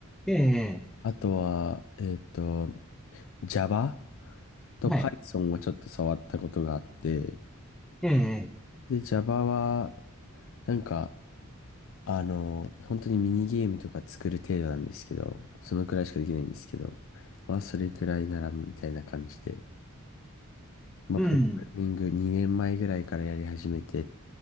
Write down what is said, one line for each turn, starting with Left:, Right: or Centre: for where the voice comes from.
Centre: ええ
Left: あとは、えっと、Java と
Centre: はい、
Left: Python はちょっと触ったことがあって、
Centre: ええ
Left: で、Java は、なんか、あの、本当にミニゲームとか作る程度なんですけど、そのくらいしかできないんですけど、まあ、それくらいなら、みたいな感じで、まあ、
Centre: うん。
Left: プログラミング2年前ぐらいからやり始めてっ